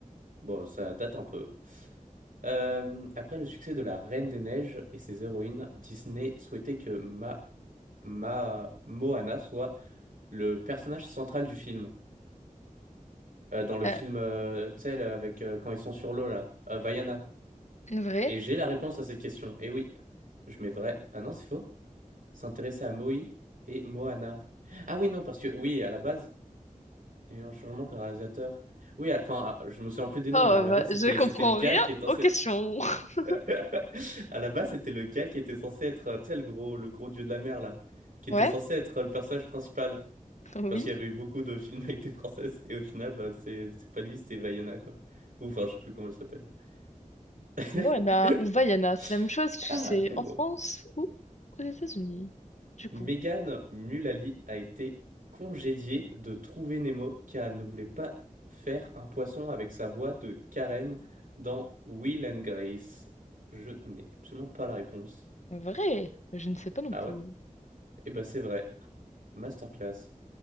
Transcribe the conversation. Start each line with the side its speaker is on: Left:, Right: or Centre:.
Right: bon, ça date un peu. Euh, après le succès de La Reine des Neiges et ses héroïnes, Disney souhaitait que Ma Ma Moana soit le personnage central du film. Euh, dans le
Left: Euh,
Right: film, euh, tu sais, là, avec euh, quand ils sont sur l'eau là, euh, Vaiana.
Left: vrai.
Right: Et j'ai la réponse à cette question. Et oui, je mets vrai. Ah non, c'est faux. S'intéresser à Moï et Moana. Ah oui, non, parce que oui, à la base, il y a eu un changement qu'un réalisateur. Oui, à- enfin, à- je me souviens plus des noms,
Left: Oh,
Right: mais à la
Left: bah,
Right: base, c'était
Left: je comprends
Right: c'était le gars
Left: rien
Right: qui était censé.
Left: aux questions. <laughs>
Right: <laughs> À la base, c'était le gars qui était censé être, euh, tu sais, le gros, le gros dieu de la mer, là, qui
Left: Ouais,
Right: était censé être euh, le personnage principal.
Left: oui.
Right: Parce qu'il y avait eu beaucoup de films avec des princesses, et au final, bah, c'est c'est pas lui, c'était Vaiana, quoi. Ou enfin, je sais plus comment elle s'appelle. <laughs>
Left: Moana ou Vaiana, c'est la même chose, parce
Right: Ah,
Left: que c'est
Right: Nemo.
Left: en France ou aux États-Unis. Du coup.
Right: Megan Mullally a été congédiée de Trouver Nemo car elle ne voulait pas faire un poisson avec sa voix de Karen dans Will and Grace. Je n'ai absolument pas la réponse.
Left: Vrai, je ne sais pas non
Right: Ah
Left: plus.
Right: ouais? Eh ben c'est vrai. Masterclass.